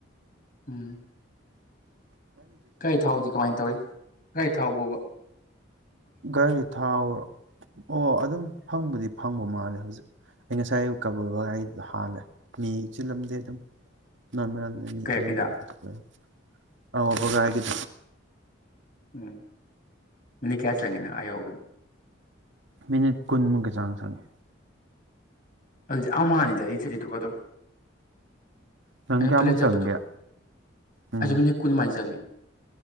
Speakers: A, on the left (about 45°); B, on the right (about 65°).
A: ꯎꯝ ꯒꯥꯔꯤ ꯊꯥꯎꯗꯤ ꯀꯃꯥꯏꯅ ꯇꯧꯔꯤ? ꯒꯥꯔꯤ ꯊꯥꯎꯕꯣꯕ
B: ꯒꯥꯔꯤ ꯊꯥꯎ ꯑꯣ ꯑꯗꯨꯝ ꯐꯪꯕꯨꯗꯤ ꯐꯪꯕ ꯃꯥꯜꯂꯦ ꯍꯧꯖꯤꯛ꯫ ꯑꯩ ꯉꯁꯥꯏ ꯑꯌꯨꯛ ꯀꯥꯕꯨꯜꯕꯥꯏꯗꯨꯗ ꯍꯥꯜꯂꯦ ꯃꯤ ꯆꯤꯜꯂꯝꯗꯦ ꯑꯗꯨꯝ꯫ <unintelligible> ꯃꯤ
A: ꯀꯌꯥ
B: ꯑꯃ
A: ꯀꯤꯗ
B: ꯑꯅꯤ ꯈꯛꯇ ꯂꯩꯔꯝꯃꯦ ꯑꯧ ꯋꯥꯕꯒꯥꯏꯒꯤꯗꯨ
A: ꯎꯝ ꯃꯤꯅꯤꯠ ꯀꯌꯥ ꯆꯪꯉꯤ ꯅꯪ ꯑ ꯌꯧꯕꯗ?
B: ꯃꯤꯅꯤꯠ ꯀꯨꯟꯃꯨꯛꯀꯤ ꯆꯥꯡ ꯆꯪꯉꯤ꯫
A: ꯑꯗꯨꯗꯤ ꯑꯥꯝꯍꯥꯅꯤꯗ ꯑꯩ ꯆꯠꯂꯤꯗꯨꯒ ꯑꯗꯨꯝ꯫
B: ꯅꯪ
A: ꯑꯩꯅ
B: ꯀꯌꯥꯃꯨꯛ
A: ꯄꯂꯦꯟ ꯆꯠꯄꯗꯣ
B: ꯆꯪꯒꯦ ꯎꯝ
A: ꯑꯩꯁꯨ ꯃꯤꯅꯠ ꯀꯨꯟ ꯃꯥꯏ ꯆꯪꯉꯦ꯫